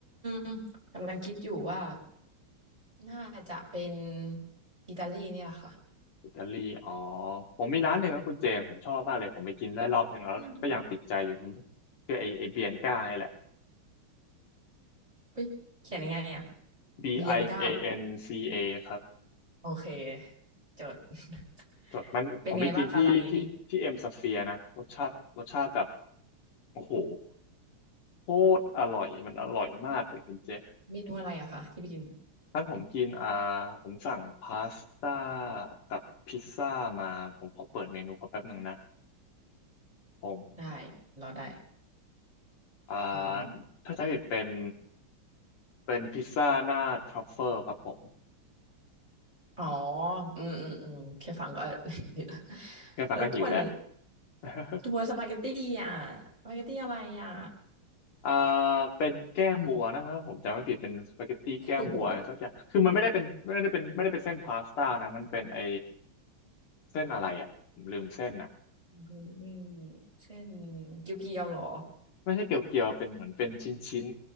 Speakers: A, on the right; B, on the left.
A: มกำลังคิดอยู่ว่า น่าจะเป็นอิตาลีนี่แหละค่ะ
B: อิตาลีอ๋อ ผมมีร้านหนึ่งนะัคุณเจผมชอบมากเลยผมไปกินได้รอบหนึ่งแล้วก็ยังติดใจอยู่มัน
A: อืม
B: คือไอไอเบียนก้านี่แหละ
A: อุ๊ยเขียนยังไงอ่ะ
B: B
A: เบียนก้าเหรอ
B: I A N C A ครับ
A: โอเคจด <laughs>
B: สดมันผมไปกินที่ที่ที่เอ็มสเฟียนะ
A: เป็นไงบ้างคะร้านนี้
B: รสชาติรสชาติแบบ โอ้โหโคตรอร่อย มันอร่อยมากเลยคุณเจมส์
A: เมนูอะไรอะคะที่ไปกิน
B: ถ้าผมกินอ่าผมสั่งพาสต้ากับพิซซ่ามาผมขอเปิดเมนูเขาแป๊บหนึ่งนะผม
A: ได้รอได้
B: อ่า
A: มัน
B: ถ้าจำไม่ผิดเป็น เป็นพิซซ่าหน้าทรัฟเฟิลครับผม
A: อ๋ออืมอืมอืมแค่ฟังก็ <laughs>
B: แค่ฟังก็หิวแล้ว
A: แล้วตัวน
B: <laughs>
A: ตัวสปาเกตตี้อ่ะสปาเกตตี้อะไรอ่ะ
B: อ่าเป็นแก้มวัวนะครับผมจำไม่ผิดเป็นสปาเกตตี้แก้มวัวสักอย่างคือมันไม่ได้เป็นไม่ได้เป็นไม่ได้เป็นเส้นพาสต้านะมันเป็นไอ
A: โอ้โห
B: เส้นอะไรอ่ะผมลืมเส้นอ่ะ
A: เป็นนี่ <laughs> เส้นเกี๊ยวๆเหรอ
B: ไม่ใช่เกี่ยวเกี่ยวเป็นเหมือนเป็นชิ้นชิ้น